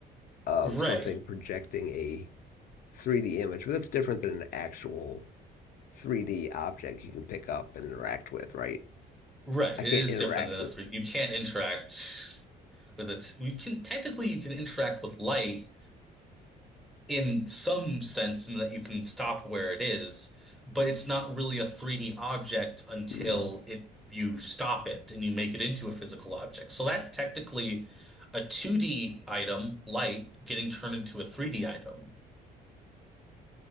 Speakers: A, on the left; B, in the centre.
A: of
B: Right.
A: something projecting a 3D image, but that's different than an actual 3D objects you can pick up and interact with, right?
B: Right.
A: I
B: It
A: can't
B: is
A: interact
B: different than
A: with.
B: a three. You can't interact with it. You can technically you can interact with light, in some sense in that you can stop where it is, but it's not really a 3D object until
A: Mm-hmm.
B: it you stop it and you make it into a physical object. So that's technically a 2D item, light, getting turned into a 3D item.